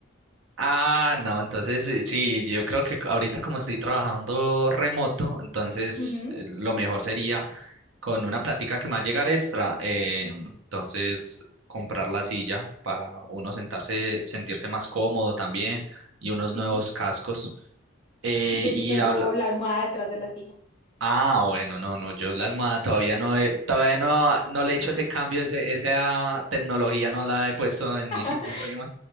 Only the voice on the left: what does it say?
Ujú,
Sí,
sí.
Yo
sí tengo
la almohada detrás de la silla.
<laughs>